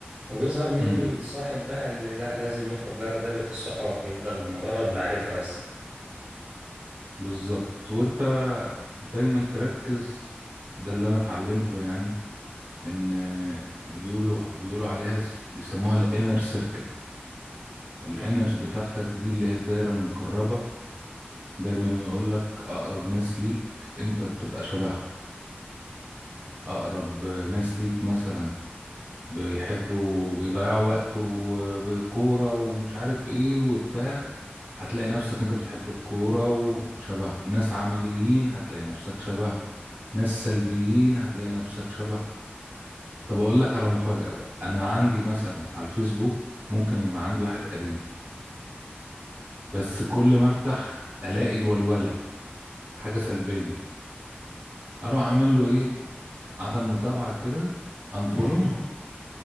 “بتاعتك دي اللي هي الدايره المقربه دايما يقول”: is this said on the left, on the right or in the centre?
Right